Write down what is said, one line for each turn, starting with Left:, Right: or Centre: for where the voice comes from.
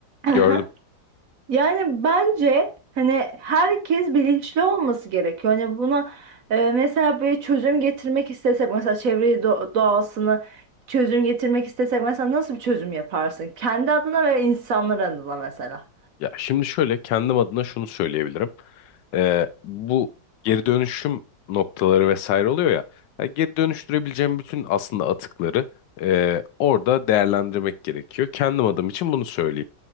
Left: gördüm.
Right: <laughs> Yani bence hani herkes bilinçli olması gerekiyor. Hani buna e, mesela bir çözüm getirmek istesek mesela çevreyi do- doğasını çözüm getirmek istesek mesela nasıl bir çözüm yaparsın? Kendi adına ve insanlar adına mesela.
Left: Ya şimdi şöyle kendim adına şunu söyleyebilirim. Ee, bu geri dönüşüm noktaları vesaire oluyor ya. Ya geri dönüştürebileceğim bütün aslında atıkları e, orada değerlendirmek gerekiyor. Kendim adım için bunu söyleyeyim.